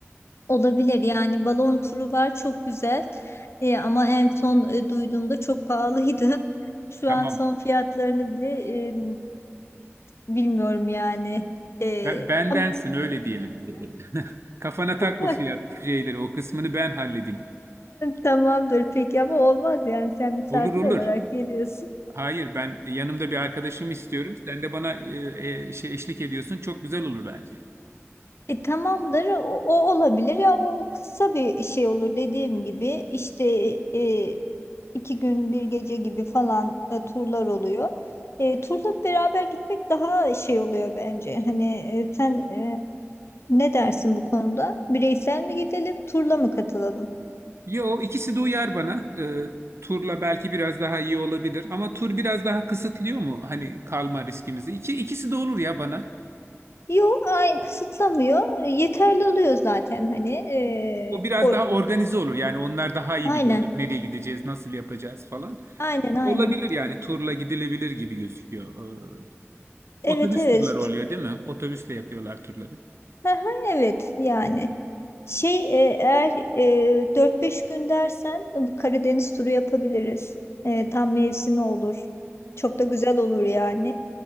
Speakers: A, on the left; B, on the right.
A: olabilir yani balon turu var çok güzel Ee, ama en son e, duyduğumda çok pahalıydı <laughs> şu
B: Tamam.
A: an son fiyatlarını bile e, bilmiyorum yani Ee,
B: Ben, bendensin
A: ama-
B: öyle diyelim. <laughs> Kafana takma
A: <laughs>
B: fiyat şeyleri o kısmını ben halledeyim.
A: Tamamdır peki ama olmaz yani sen misafir
B: Olur olur.
A: olarak geliyorsun.
B: Hayır ben yanımda bir arkadaşımı istiyorum. Sen de bana e, e, şey eşlik ediyorsun. Çok güzel olur bence.
A: E, tamamdır o, o olabilir ya o kısa bir şey olur dediğim gibi işte e, iki gün bir gece gibi falan e, turlar oluyor. E, turla beraber gitmek daha şey oluyor bence hani e, sen e, ne dersin bu konuda bireysel mi gidelim turla mı katılalım?
B: Yo ikisi de uyar bana. E, turla belki biraz daha iyi olabilir ama tur biraz daha kısıtlıyor mu hani kalma riskimizi? İki, ikisi de olur ya bana.
A: Yok ay kısıtlamıyor E, yeterli oluyor zaten hani e,
B: O biraz
A: o,
B: daha organize olur. Yani onlar daha iyi
A: aynen
B: biliyordur nereye gideceğiz, nasıl yapacağız falan.
A: aynen aynen
B: Olabilir yani turla gidilebilir gibi gözüküyor Ee,
A: evet
B: Otobüs
A: evet
B: turları oluyor değil mi? Otobüsle yapıyorlar turları.
A: Aha, Evet yani şey e, eğer e, 4-5 gün dersen e, Karadeniz turu yapabiliriz. E, tam mevsimi olur. Çok da güzel olur yani.